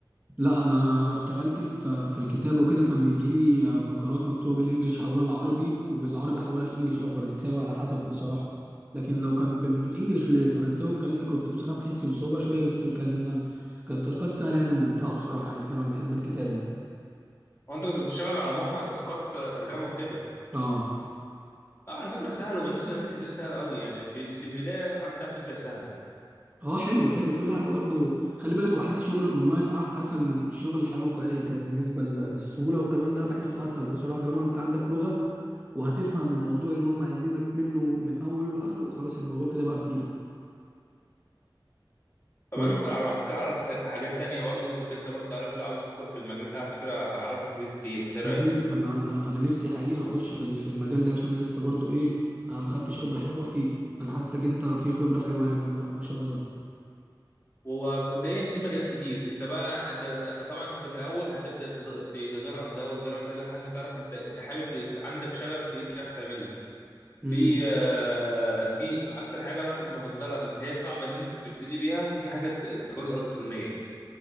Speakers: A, on the right; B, on the left.
A: لا انا اشتغلت في في الكتابه وكده كان بيجي لي مقالات مكتوبه بالانجليش احولها للعربي وبالعربي احولها لانجليش او فرنساوي على حسب بصراحه لكن لو كان بين- من انجليش لفرنساوي والكلام ده كنت بصراحه بحس بصعوبه شويه بس كان كانت تاسكات سهله يعني وممتعه بصراحه يعني حلوه انا بحب الكتابه يعني
B: هو انت كنت بتشتغل على موقع تاسكات ترجمه وكده
A: اه
B: اه على فكره سهل وبالنسبه لناس كتير سهل قوي يعني في في البدايه الحوار ده على فكره سهله
A: اه حلو حلو كل حاجه برضو خلي بالك بحس شغل الاونلاين أح- اسهل من الشغل الحياه الواقعيه كده بالنسبه ل- للسهوله والكلام ده بحسه اسهل بصراحه طالما انت عندك لغه وهتفهم الموضوع اللي هم عايزينك منه من اوله لاخره وخلاص الموضوع كده بقى في ايدك
B: طب
A: وأنا-
B: انا ممكن أعرف- على فكره اعرف حاجات تانية برضو طب انت برضو عارف لو عايز ادخل في المجال ده على فكره هعرفك حاجات كتير انت إيه
A: جميل
B: رايك
A: انا انا انا نفسي حقيقه اخش في ال- في المجال ده عشان انا لسه برضو ايه انا ما خدتش خبره حلوه فيه انا حاسسك انت في خبره حلوه يعني ما شاء الله
B: ومبدئيا في مجالات كتير انت بقى انت طبعا انت في الاول هتبدا تد- تجرب ده وتجرب ده لحد ما تعرف انت انت حابب ت- عندك شغف في ايه تعرف تعمله
A: امم
B: في آه، في اكتر حاجه انا كنت بفضلها بس هي صعبه ان انت تبتدي بيها في حاجه التجاره الالكترونيه